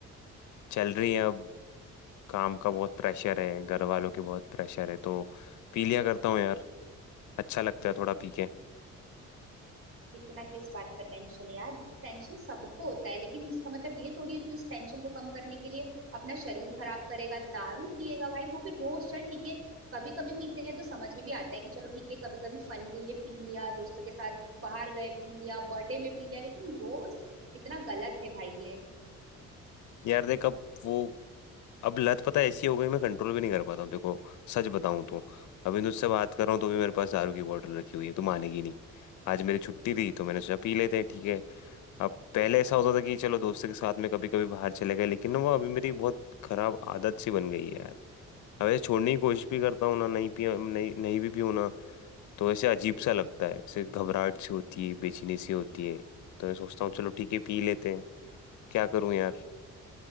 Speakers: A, on the left; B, on the right.
A: चल रही है अब काम का बहुत प्रेशर है घर वालों की बहुत प्रेशर है तो पी लिया करता हूँ यार अच्छा लगता है थोड़ा पी के
B: इतना किस बात का टेंशन है यार टेंशन सबको होता है लेकिन इसका मतलब ये थोड़ी है तू इस टेंशन को कम करने के लिए अपना शरीर खराब करेगा दारू पिएगा भाई वो भी रोज चल ठीक है कभी कभी पीते हैं तो समझ में भी आता है कि चलो ठीक है कभी कभी फन के लिए पी लिया दोस्तों के साथ बाहर गए पी लिया बर्थडे में पी लिया लेकिन रोज कितना गलत है भाई ये
A: यार देख अब वो अब लत पता है ऐसी हो गई मैं कंट्रोल भी नहीं कर पाता हूँ देखो सच बताऊँ तो अभी तुझसे बात कर रहा हूँ तो भी मेरे पास दारू की बोतल रखी हुई है तू मानेगी नहीं आज मेरी छुट्टी थी तो मैंने सोचा पी लेते हैं ठीक है अब पहले ऐसा होता था कि चलो दोस्तों के साथ में कभी कभी बाहर चले गए लेकिन ना वो अभी मेरी बहुत खराब आदत सी बन गई है यार अब ऐसे छोड़ने की कोशिश भी करता हूँ ना नहीं पी नहीं नहीं भी पीऊँ ना तो ऐसे अजीब सा लगता है ऐसे घबराहट सी होती है बेचैनी सी होती है तो मैं सोचता हूँ चलो ठीक है पी लेते हैं क्या करूँ यार